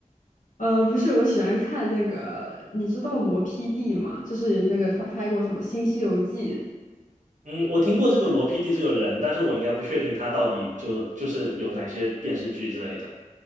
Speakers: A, on the left; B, on the right.
A: 呃，不是，我喜欢看那个，你知道罗 PD 吗？就是那个他拍过什么《新西游记》。
B: 嗯，我听过这个罗 PD 这个人，但是我应该不确定他到底就就是有哪些电视剧之类的。